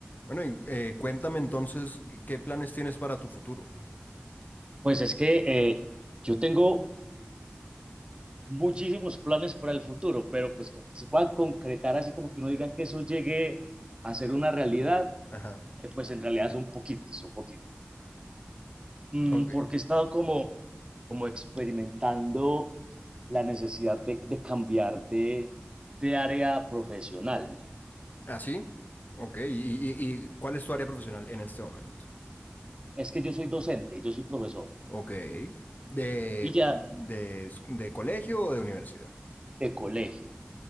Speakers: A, on the left; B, on the right.
A: Bueno, y, eh, cuéntame entonces qué planes tienes para tu futuro.
B: Pues es que eh, yo tengo muchísimos planes para el futuro, pero pues como que se puedan concretar así como que uno diga que eso llegue a ser una realidad,
A: Ajá.
B: eh, pues en realidad son poquitos, son poquitos. Mm,
A: Ok.
B: porque he estado como, como experimentando la necesidad de, de cambiar de, de área profesional.
A: ¿Ah, sí? Ok. ¿Y, y- y cuál es tu área profesional en este momento?
B: Es que yo soy docente, yo soy profesor
A: Ok. ¿De,
B: y ya
A: de, de colegio o de universidad?
B: de colegio.